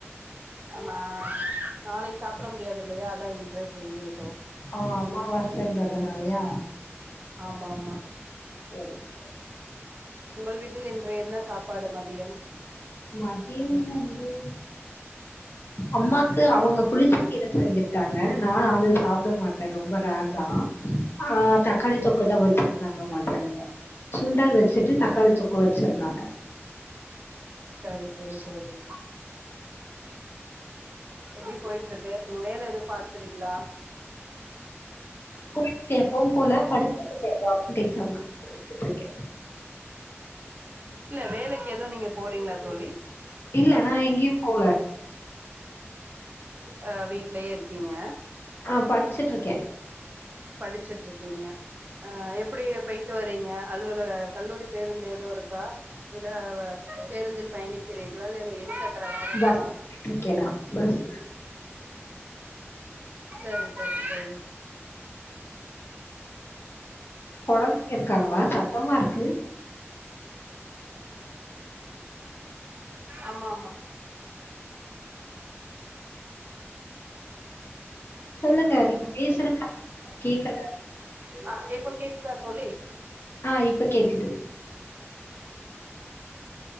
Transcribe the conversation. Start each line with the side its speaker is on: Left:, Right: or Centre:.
Right: ஆ நாளைக்கி சாப்ட முடியாது இல்லையா அதா இன்றே செஞ்சிவிட்டோம்
Left: ஓ அம்மாவாசன்றதுனாலயா
Right: ஆமா ஆமா
Left: சரி சரி
Right: உங்கள் வீட்டில் இன்று என்ன சாப்பாடு மதியம்
Left: மதியம் வந்து அம்மாக்கு அவுங்க புளிச்சக் கீர செஞ்சிட்டாங்க நா அது சாப்ட மாட்டே ரொம்ப ரேர் தா ஆ தக்காளி தொக்குதா வச்சிருந்தாங்க மத்தியானோ சுண்டல் வெச்சிட்டு
Right: சரி
Left: தக்காளி தொக்கு வெச்சிருந்தாங்க
Right: செரி செரி தோழி எப்டி போய்ட்டு இருக்கு வேல எது பாக்குறீங்களா
Left: போய்ட்டுருக்கு எப்போவும் போல படிச்சிட்டு இருக்கே கவர்மெண்ட் எக்ஸாம்க்கு படிச்சிட்டு இருக்கே
Right: இல்ல வேலைக்கு எது நீங்க போறீங் ளா தோழி
Left: இல்ல நான் எங்கேயும் போல.
Right: ஆ வீட்லயே இருக்கீங்க
Left: ஆ படிச்சிட்டு இருக்கே
Right: படிச்சிட்டு இருக்கீங்க அ எப்டி போயிட்டு வரீங்க அலுவலக கல்லூரி பேருந்து எது இருக்கா இல்ல பேருந்தில் பயணிக்கிறீர்களா இல்ல இருசக் கர வாகனமா
Left: பஸ்ல போயிட்டுருக்கேன் நான். பஸ்ல
Right: செரி செரி செரி
Left: கொழந்தைங்க இருக்காங்களா சத்தமா இருக்கு
Right: ஆமா ஆமா
Left: சொல்லுங்க நீங்க பேசுறதே கேக்கல
Right: ஆ இப்ப கேக்குதா தோழி
Left: ஆ இப்ப கேக்குது